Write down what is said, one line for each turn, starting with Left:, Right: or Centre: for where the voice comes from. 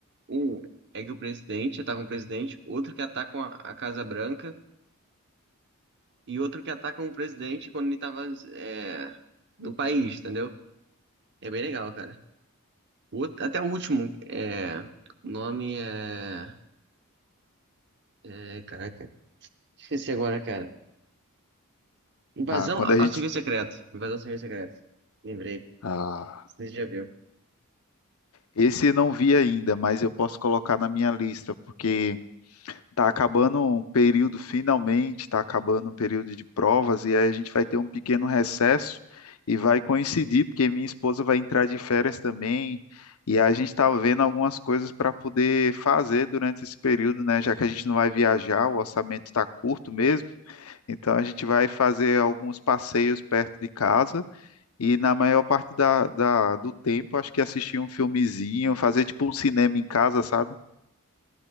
Right: Um é que o presidente ataca um presidente, outro que atacam a, a Casa Branca e outro que atacam o presidente quando ele tava é, no país, entendeu? É bem legal, cara. O outro- até o último, é, o nome é, é, caraca, esqueci agora, cara. Invasão
Left: Ah, quando a
Right: ao
Left: gente...
Right: serviço secreto. Invasão ao serviço secreto. Lembrei.
Left: Ah,
Right: Você já viu.
Left: esse eu não vi ainda, mas eu posso colocar na minha lista, porque... Tá acabando um período finalmente, tá acabando um período de provas, e aí a gente vai ter um pequeno recesso e vai coincidir, porque minha esposa vai entrar de férias também, e a gente está vendo algumas coisas para poder fazer durante esse período, né? Já que a gente não vai viajar, o orçamento está curto mesmo, então a gente vai fazer alguns passeios perto de casa e na maior parte da, da- do tempo, acho que assistir um filmezinho, fazer tipo um cinema em casa, sabe?